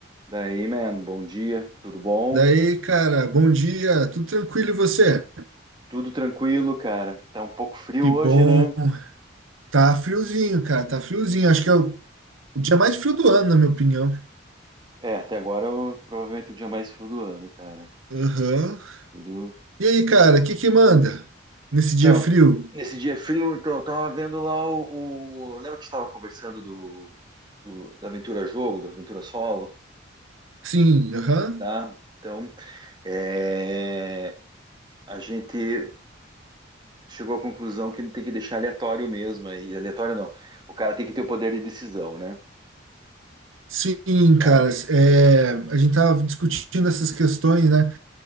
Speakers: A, on the right; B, on the right.
A: Daí, man, bom dia, tudo bom?
B: Daí, cara, bom dia, tudo tranquilo e você?
A: Tudo tranquilo, cara. Tá um pouco frio
B: Que
A: hoje,
B: bom.
A: né?
B: Tá friozinho, cara, tá friozinho. Acho que é o o dia mais frio do ano, na minha opinião.
A: É, até agora é o- provavelmente o dia mais frio do ano, cara.
B: Aham.
A: Tudo...
B: E aí, cara, o que que manda nesse dia
A: Então,
B: frio?
A: nesse dia frio, então, eu tava vendo lá o, o- Lembra que a gente tava conversando do, do- da Aventura Jogo, do Aventura Solo,
B: Sim, aham.
A: tá? Então, é, a gente chegou à conclusão que não tem que deixar aleatório mesmo, e aleatório não. O cara tem que ter o poder de decisão, né?
B: Sim,
A: Tá?
B: cara, é, a gente tava discutindo essas questões, né?